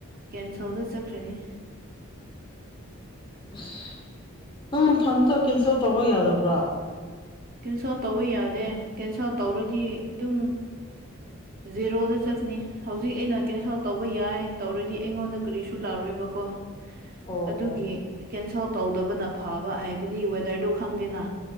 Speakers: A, on the right (about 45°); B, on the left (about 25°).
A: ꯀꯦꯟꯁꯦꯜꯗ ꯆꯠꯈ꯭ꯔꯅꯤ꯫
B: ꯑꯁ ꯅꯪ ꯅꯊꯟꯇ ꯀꯦꯟꯁꯦꯜ ꯇꯧꯕ ꯌꯥꯗꯕ꯭ꯔꯥ
A: ꯀꯦꯟꯁꯦꯜ ꯇꯧꯕ ꯌꯥꯗꯦ ꯀꯦꯟꯁꯦꯜ ꯇꯧꯔꯗꯤ ꯑꯗꯨꯝ
B: <inaudible>
A: ꯖꯦꯔꯣꯗ ꯆꯠꯀꯅꯤ ꯍꯧꯖꯤꯛ ꯑꯩꯅ ꯀꯦꯟꯁꯦꯜ ꯇꯧꯕ ꯌꯥꯏ ꯇꯧꯔꯗꯤ ꯑꯩꯉꯣꯟꯗ ꯀꯔꯤꯁꯨ ꯂꯥꯛꯔꯣꯏꯕꯀꯣ
B: ꯑꯣ
A: ꯑꯗꯨꯒꯤ
B: ꯑꯣ
A: ꯀꯦꯟꯁꯦꯜ ꯇꯧꯗꯕꯅ ꯐꯕ ꯍꯥꯏꯕꯗꯤ ꯋꯦꯗꯔꯗꯨ ꯈꯪꯗꯦꯅ